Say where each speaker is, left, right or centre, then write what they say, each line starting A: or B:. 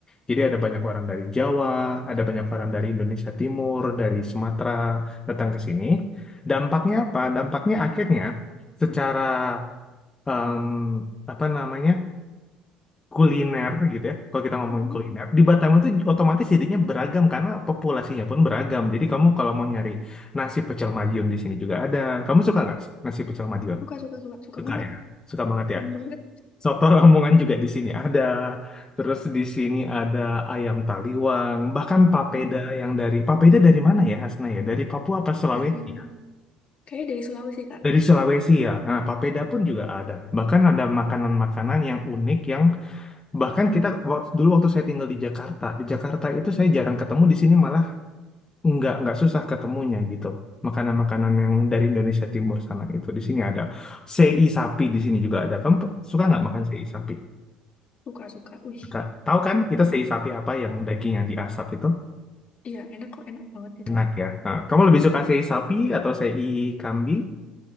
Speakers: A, on the left (about 25°); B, on the left (about 45°).
A: Jadi ada banyak orang dari Jawa, ada banyak orang dari Indonesia Timur, dari Sumatera datang ke sini. Dampaknya apa? Dampaknya akhirnya secara em, apa namanya? kuliner gitu ya. Kalau kita ngomongin
B: Mhm.
A: kuliner, di Batam itu otomatis jadinya beragam karena populasinya pun beragam. Jadi kamu kalau mau nyari nasi pecel Madiun di sini juga ada. Kamu suka nggak nasi pecel Madiun?
B: Suka, suka, suka, suka
A: Suka
B: banget.
A: ya. Suka banget
B: Keren
A: ya.
B: banget.
A: Soto <laughs> Lamongan juga di sini ada. Terus di sini ada ayam taliwang, bahkan papeda
B: Wow.
A: yang dari papeda dari mana ya Hasna ya? Dari Papua apa Sulawesi?
B: Dari,
A: ya?
B: kayaknya dari Sulawesi Kak.
A: Dari Sulawesi ya. Nah, papeda
B: Mhm.
A: pun juga ada. Bahkan ada makanan-makanan yang unik yang Bahkan kita wak- dulu waktu saya tinggal di Jakarta, di Jakarta itu saya jarang ketemu di sini malah nggak nggak susah ketemunya gitu. Makanan-makanan yang dari Indonesia Timur sana itu di sini ada sei sapi di sini juga ada. Kamu pe- suka nggak makan
B: Wow.
A: sei sapi?
B: Suka, suka. Wih.
A: Suka. Tahu kan itu
B: Mhm.
A: sei sapi apa yang daging yang diasap itu
B: Iya, enak kok, enak banget itu.
A: enak ya. Nah, kamu lebih suka sei sapi atau sei kambing?